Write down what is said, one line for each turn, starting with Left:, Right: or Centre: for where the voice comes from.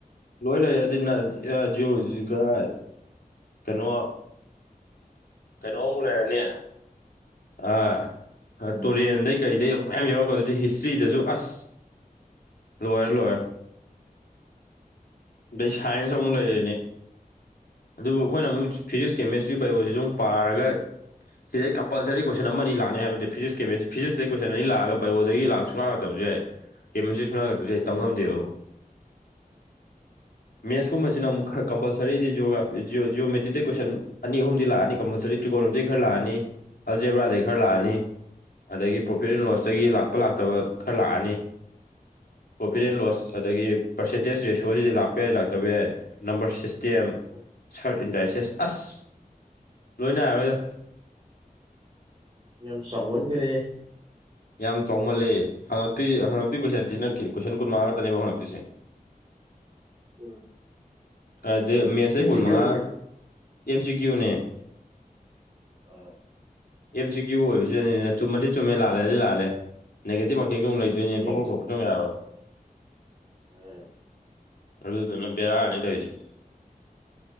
Left: ꯂꯣꯏ ꯂꯩꯔꯦ ꯑꯗꯨꯅ <unintelligible> ꯀꯔꯥꯏ ꯀꯩꯅꯣ ꯀꯩꯅꯣꯑꯃꯨꯛ ꯂꯩꯔꯅꯤ ꯑꯥ ꯍꯥ
Right: ꯎꯝ
Left: ꯇꯨꯔꯦꯟꯗꯩ ꯀꯔꯤꯗꯩ ꯑꯃꯨꯛ ꯃꯌꯥꯝ ꯌꯥꯎꯔꯀ ꯑꯗꯨꯗꯤ ꯍꯤꯁꯇ꯭ꯔꯤꯗꯁꯨ ꯑꯁ ꯂꯣꯏꯔꯦ ꯂꯣꯏꯔꯦ ꯗꯨꯗꯩ
Right: ꯌꯥꯝ
Left: ꯁꯥꯏꯟꯁ
Right: ꯊꯤ ꯆꯥꯎꯔꯦ
Left: ꯑꯃꯨꯛ ꯂꯩꯔꯤꯅꯦ ꯑꯗꯨꯕꯨ
Right: ꯑꯥ
Left: ꯑꯩꯈꯣꯏꯅ ꯑꯃꯨꯛ ꯐꯤꯖꯤꯛꯁ ꯀꯦꯃꯦꯁꯇ꯭ꯔꯤ ꯕꯥꯏꯑꯣꯖꯤꯖꯨ ꯑꯃꯨꯛ ꯄꯥꯔꯒ ꯁꯤꯗꯩ ꯀꯝꯄꯜꯁꯔꯤ ꯀꯣꯏꯁꯟ ꯑꯃ ꯑꯅꯤ ꯂꯥꯛꯅꯤ ꯍꯥꯏꯕ ꯅꯠꯇꯦ ꯐꯤꯖꯤꯛꯁ ꯀꯦꯃꯤꯁꯇ ꯐꯤꯖꯤꯁꯇꯩ ꯀꯣꯏꯁꯟ ꯑꯅꯤ ꯂꯥꯛꯑꯒ ꯕꯥꯏꯑꯣꯗꯒꯤ ꯂꯥꯛ ꯁꯨꯡꯂꯥꯛ ꯂꯥꯛꯇꯕꯁꯨ ꯌꯥꯏ ꯀꯦꯃꯤꯁꯇ꯭ꯔꯤ ꯁꯨꯡꯂꯥꯛ ꯂꯛꯇꯁꯨ ꯌꯥꯏ
Right: ꯎꯝ
Left: ꯇꯝ ꯉꯝꯗꯦꯕ ꯑꯝꯕꯧ ꯃꯦꯠꯁꯀꯨꯝꯕꯁꯤꯅ ꯑꯃꯨꯛ ꯈꯛ ꯀꯝꯄꯜꯁꯔꯤꯗꯤ ꯖꯤꯑꯣꯒ꯭ꯔꯥꯐꯤ ꯖꯤꯑꯣ ꯖꯤꯑꯣꯃꯦꯇ꯭ꯔꯤꯇꯩ ꯀꯣꯏꯁꯟ ꯑꯅꯤ ꯑꯍꯨꯝꯗꯤ ꯂꯥꯛꯑꯅꯤ ꯀꯝꯄꯜꯁꯔꯤ ꯇ꯭ꯔꯤꯒꯣꯅꯣꯃꯤꯇ꯭ꯔꯤꯗꯩ ꯈꯔ ꯂꯥꯛꯑꯅꯤ ꯑꯜꯖꯦꯕ꯭ꯔꯥꯗꯩ ꯈꯔ ꯂꯥꯛꯑꯅꯤ
Right: ꯎꯝ
Left: ꯑꯗꯒꯤ ꯄ꯭ꯔꯣꯐꯤꯠ
Right: ꯎꯝ
Left: ꯑꯦꯟ ꯂꯣꯁꯇꯒꯤ ꯂꯥꯛꯄ ꯂꯥꯛꯇꯕ ꯈꯔ ꯂꯥꯛꯑꯅꯤ ꯄ꯭ꯔꯣꯐꯤꯠ
Right: ꯎꯝ
Left: ꯑꯦꯟ ꯂꯣꯁ ꯑꯗꯒꯤ ꯄꯔꯁꯦꯟꯇꯦꯖ ꯔꯦꯁꯤꯌꯣꯁꯤꯗꯤ ꯂꯥꯛꯄ ꯌꯥꯏ ꯂꯥꯛꯇꯕ ꯌꯥꯏ ꯅꯝꯕꯔ ꯁꯤꯁ ꯇꯦꯝ
Right: ꯎꯝ
Left: ꯁꯔꯠ ꯏꯟꯗꯥꯏꯁꯦꯁ ꯑꯁ ꯂꯣꯏ ꯅꯥꯏꯔꯔꯣꯏꯗ
Right: ꯌꯥꯝ ꯆꯥꯎꯃꯟꯒ꯭ꯔꯦ
Left: ꯌꯥꯝ ꯆꯥꯎꯃꯜꯂꯦ ꯍꯪꯉꯛꯇꯤ ꯍꯪꯉꯛꯇꯣꯏ ꯀꯣꯏꯁꯟ ꯁꯤ ꯅꯛꯈꯤ ꯀꯣꯏꯁꯟ ꯀꯨꯟꯃꯉꯥ ꯈꯛꯇꯅꯦꯕ ꯍꯪꯉꯛꯇꯣꯏꯁꯦ
Right: ꯎꯝ
Left: ꯑꯥꯗꯩ ꯃꯦꯁꯇꯩ
Right: ꯑꯦꯝ
Left: ꯀꯨꯟ
Right: ꯁꯤ ꯀ꯭ꯌꯨꯔꯣ
Left: ꯃꯉꯥ
Right: ꯀꯩꯅꯣ
Left: ꯑꯦꯝ ꯁꯤ ꯀ꯭ꯌꯨꯅꯦ
Right: ꯑꯥ
Left: ꯑꯦꯝ ꯁꯤ ꯀ꯭ꯌꯨ ꯑꯣꯏꯕꯁꯤꯗꯅꯤꯅꯦ ꯆꯨꯝꯃꯗꯤ ꯆꯨꯝꯃꯦ ꯂꯥꯜꯂꯗꯤ ꯂꯥꯜꯂꯦ ꯅꯦꯒꯦꯇꯤꯕ ꯃꯥꯔꯀꯤꯡꯁꯨ ꯑꯃꯨꯛ ꯂꯩ ꯑꯗꯨꯅꯦ
Right: ꯅꯦꯒꯤ
Left: ꯄꯪꯈꯣꯠ ꯈꯣꯠꯄꯁꯨ ꯌꯥꯔꯣꯏ
Right: ꯎꯝ
Left: ꯑꯗꯨꯗꯨꯅ ꯕꯦꯔꯥꯅꯤ ꯇꯧꯔꯤꯁꯦ
Right: <unintelligible>